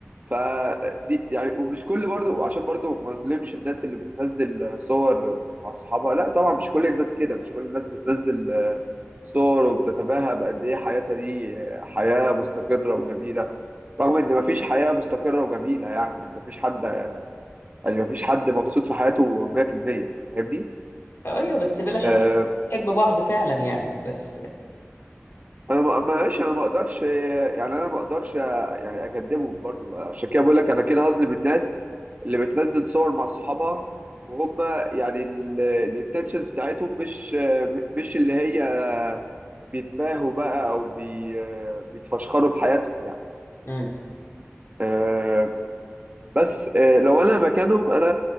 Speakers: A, on the right (about 35°); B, on the left (about 60°).
A: فدي يعني ومش كل برضو عشان برضو ما اظلمش الناس اللي بتنزل صور مع اصحابها لا طبعا مش كل الناس كده مش كل الناس بتنزل صور وبتتباهى بقد إيه حياتها دي حياة مستقرة وجميلة رغم إن مفيش حياة مستقرة وجميلة يعني يعني مفيش حد يعني مفيش حد مبسوط في حياته 100% فاهمني؟
B: أيوه بس بلا شك
A: آه،
B: بتحب بعض فعلا يعني بس
A: أنا ما- ماشي أنا ما أقدرش يعني أنا ما أقدرش يعني أكدبهم برضو بقى. عشان كده بقول لك أنا كده هظلم الناس اللي بتنزل صور مع صحابها وهم يعني الانتنشنز بتاعتهم مش مش اللي هي بيتباهوا بقى او بي بيتفشخروا بحياتهم يعني
B: مم.
A: آه، بس آه، لو انا مكانهم انا